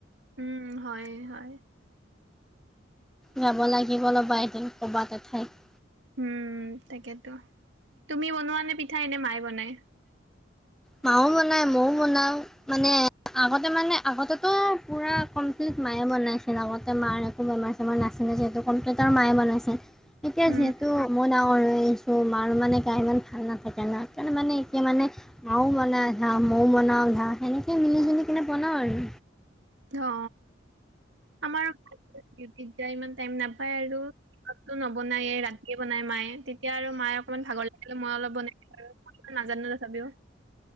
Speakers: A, on the right; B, in the centre.
A: উম হয় হয়
B: যাব লাগিব ৰবা এদিন ক'বা এঠাইত।
A: উম তাকেতো তুমি বনোৱা নে পিঠা এনে মায়ে বনাই?
B: মাও বনাই মইও বনাও মানে আগতে মানে আগতেতো পুৰা কমপ্লিট মায়ে বনাইছে আগতে মাৰ একো বেমাৰ চেমাৰ নাছিলে যিহেতু <unintelligible> মায়ে বনাইছে। তেতিয়া
A: উম,
B: যিহেতু মই, ডাঙৰ হৈ আহিছো মাৰ মানে গাৰ ইমান ভাল নাথাকে ন মানে এতিয়া মানে মাও বনাওঁ আধা মইও বনাওঁ আধা সেনেকে মিলি জুলি কিনে বনাওঁ আৰু
A: অ আমাৰ দিউটিত যাই ইমান টাইম নাপায় আৰু দিনততো নবনায়েই ৰাতিয়ে বনাই মায়ে তেতিয়া আৰু মায়ে অকনমান ভাগৰ লাগিলে মই অলপ বনাই দিও আৰু নাজানো তথাপিও